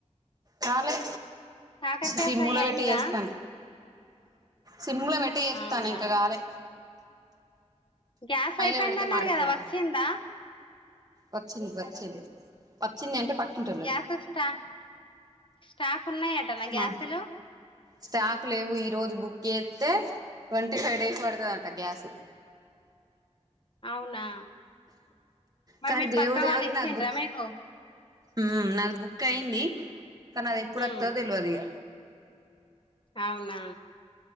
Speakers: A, on the right; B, on the left.
A: కాలే
B: కాకరకాయ
A: సిమ్ములో
B: ఫ్రై అయిందా
A: పెట్టి చేస్తన్న సిమ్ లో పెట్టి చేస్తన్న
B: అవునా
A: ఇంకా కాలే
B: గ్యాస్
A: హైలో
B: అయిపోయిందన్నారు
A: పెడితే మాడిపోద్ది
B: కదా వచ్చిందా
A: వచ్చింది వచ్చింది వచ్చింది అంటే పక్కింటోళ్ళది
B: గ్యాస్ స్టా స్టాక్ ఉన్నాయట నా గ్యాసులు
A: మా స్టాక్ లేవు ఈ రోజు బుక్ చేస్తే ట్వంటీ ఫైవ్ డేస్ పడుతదంట గ్యాసు
B: అవునా మరి
A: కానీ
B: మీ
A: దేవుడు
B: పక్క
A: దయ
B: వాళ్ళు
A: వల్ల
B: ఇచ్చిండ్రా
A: నాకు బుక్
B: మీకు
A: ఉ నాది బుక్ అయ్యింది కానీ అది ఎప్పుడు
B: ఉమ్
A: వత్తాదో తెలువదిగ
B: అవునా